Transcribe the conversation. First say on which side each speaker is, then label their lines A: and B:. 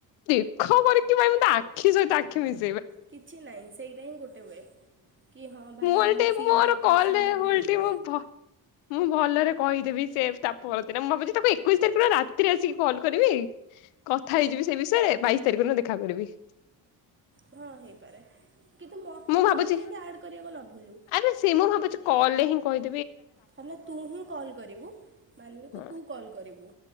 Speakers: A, on the left (about 80°); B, on the right (about 25°).
A: ଦେଖ କରିକି ଭାଇ ମତେ ଆଖି ସହିତ ଆଖି ମିଶ
B: କିଛି ନାଇଁ ସେଇଟା ହିଁ ଗୋଟେ ଗୋଟେ ୱେ କି ହଁ ଭାଇ
A: ଓଲଟି
B: ମୁଁ ଫିଲ୍
A: ମୋର
B: କରିପାରୁଛି
A: କଲରେ
B: ମୋ ଭୁଲଟା
A: ଓଲଟି ମୁଁ ଭ ମୁଁ ଭଲରେ କହିଦେବି ସେ ତା ପର ଦିନ ମୁଁ ଭାବୁଛି ତାକୁ ଏକୋଇଶ ତାରିଖ ରାତିରେ ଆସିକି କଲ୍ କରିବି କଥା ହେଇଯିବି ସେ ବିଷୟରେ? ବାଇଶି ତାରିଖ ଦିନ ଦେଖା କରିବି
B: ହଁ ହେଇପାରେ କିନ୍ତୁ ମୋତେ
A: ମୁଁ ଭାବୁଛି
B: କଲରେ ଯେମିତି ଆଡ଼୍ କରିବାକୁ ନ ଭୁଲୁ
A: ଆରେ ସେ ମୁଁ ଭାବୁଛି କଲରେ ହିଁ କହି
B: ହେଲେ ତୁ ହିଁ କଲ୍ କରିବୁ ମାନିବିକୁ
A: ହଁ।
B: ତୁ କଲ୍ କରିବୁ